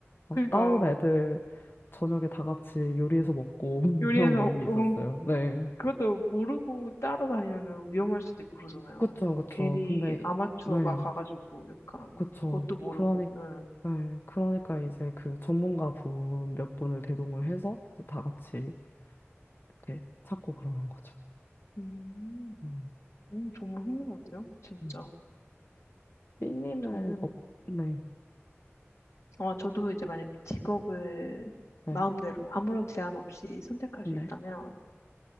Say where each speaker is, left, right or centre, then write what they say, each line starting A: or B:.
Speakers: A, on the left (about 50°); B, on the left (about 85°).
A: 막
B: 그러니까요.
A: 따온 애들 저녁에 다 같이 요리해서 먹고 <laughs>
B: 요리해서
A: 그런 모임이
B: 먹고
A: 있었어요. 네.
B: 그것도 모르고 따러 다니면 위험할 수도 있고 그러잖아요.
A: 그쵸,
B: 막
A: 그쵸.
B: 괜히
A: 근데
B: 아마추어가
A: 네.
B: 가가지고 약간
A: 그쵸.
B: 뭣도 모르고.
A: 그러니
B: 네.
A: 네. 그러니까 이제 그 전문가 분 몇 분을 대동을 해서 이제 다 같이 이렇게 찾고 그러는 거죠.
B: 음,
A: 음.
B: 오, 정말 흥미로운데요? 진짜.
A: 음. 삐님은
B: 저는
A: 없, 네,
B: 어, 저도 이제 만약에 직업을
A: 네,
B: 마음대로 아무런 제한 없이 선택할
A: 네,
B: 수 있다면